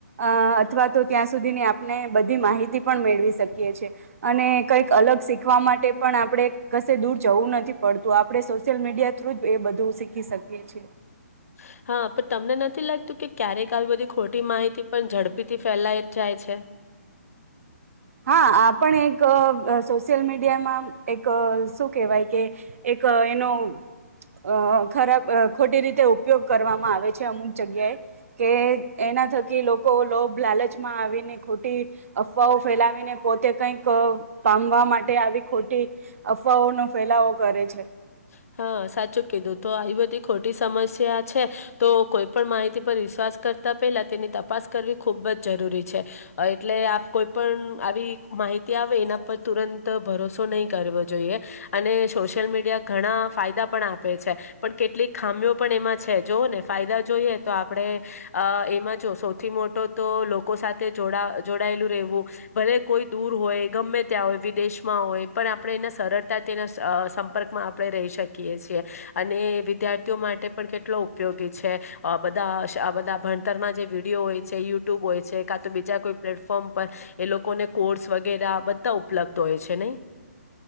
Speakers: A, on the right; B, on the left.
A: અ અથવા તો ત્યાં સુધીની આપ ને બધી માહિતી પણ મેળવી શકીએ છીએ અને કઈક અલગ શીખવા માટે પણ આપણે કશે દૂર જવું નથી પડતું આપણે સોશિયલ મીડિયા થ્રુ જ એ બધું શીખી શકીએ છીએ.
B: હ. હા પણ તમને નથી લાગતું કે ક્યારેક આવી બધી ખોટી માહિતી પણ ઝડપીથી ફેલાય જાય છે. <inaudible>
A: હા આપ પણ એક સોશિયલ મીડિયામાં એક શું કેહેવાય કે એક ક એનો અ ખરાબ અ ખોટી રીતે ઉપયોગ કરવામાં આવે છે અમુક જગ્યાએ કે એ એના થકી લોકો લોભ લાલચમાં આવીને ખોટી અફવાઓ ફેલાવીને પોતે કઈક પામવા માટે આવી ખોટી અફવાઓનો ફેલાવો કરે છે.
B: <inaudible> હા સાચું કીધું તો આવી બધી ખોટી સમસ્યા છે તો કોઈ પણ માહિતી પર વિશ્વાસ કર તા પેલા તેની તપાસ કરવી ખૂબ જ જરૂરી છે એટલે કોઈ પણ આવી મા હીતી આવે એના પર તુરંત ભરોસો નહીં કરવો જોઈએ અને સોશિયલ મીડિયા ઘણા ફાયદા પણ આપે છે પણ કેટલીક ખામીઓ પણ એમાં છે. જોઓ ને ફાયદા જોઈએ તો આપણે અ એમાં જો સૌથી મોટો તો લોકો સાથે જોડા જોડાયેલું રહેવું ભલે કોઈ દૂર હોય ગમે ત્યાં હોય વિદેશમાં હોય પણ આપણે એને સરળતાથીના અ સંપર્કમાં આપણે રહી શકીએ છીએ અને વિદ્યાર્થીઓ માટે પણ કેટલો ઉપયોગી છે અ બધા આ બધા ભણતરના જે વિડીયો હોય છે યુટ્યુબ હોય છે કા તો બીજા કોઈ પ્લેટફોર્મ પર એ લોકોને કોર્સ વગેરે બધા ઉપલબ્ધ હોય છે નહી?